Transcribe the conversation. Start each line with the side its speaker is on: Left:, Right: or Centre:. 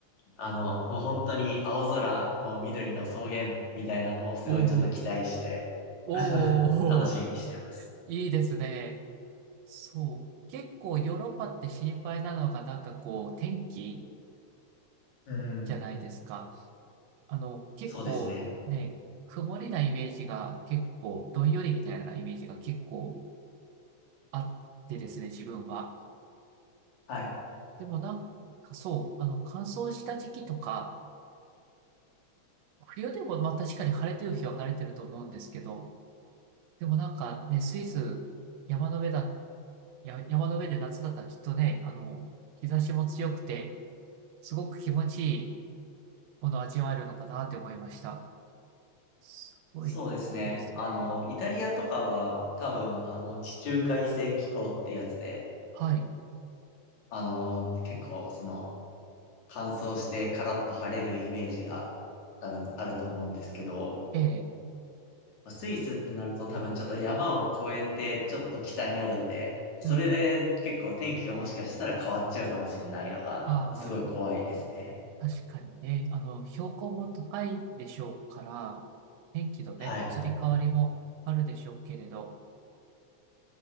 Left: あの、もう本当に青空、もう緑の草原みたいなのをすごいちょっと期待して、
Right: おうおう、おうおう、
Left: <laughs> 楽しみにしてます。
Right: いいですね。そう。結構ヨーロッパって心配なのが、なんかこう、天気
Left: うん、
Right: じゃないですか。あの、結構ね、
Left: そうですね。
Right: 曇りなイメージが結構、どんよりみたいなイメージが結構あってですね、自分は。
Left: はい。
Right: でもなんかそう、あの、乾燥した時期とか、冬でもまあ確かに晴れてる日は晴れてると思うんですけど、でもなんかね、スイス、山の上だ、や、山の上で夏だったらきっとね、あの、日差しも強くて、すごく気持ちいいものを味わえるのかなって思いました。すごいいいですね。
Left: そうですね。あの、イタリアとかは多分、あの、地中海性気候ってやつで、
Right: はい。
Left: あの、結構、その、乾燥してカラッと晴れるイメージが多分あると思うんですけど、
Right: ええ。
Left: スイスってなると多分ちょっと山を越えてちょっと北にあるんで、それで結構天気がもしかしたら変わっちゃうかもしれないのが、
Right: うんうん。あ
Left: すごい怖いですね。
Right: あ、確かにね、あの、標高も高いでしょうから、天気のね、
Left: はい。
Right: 移り変わりもあるでしょうけれど、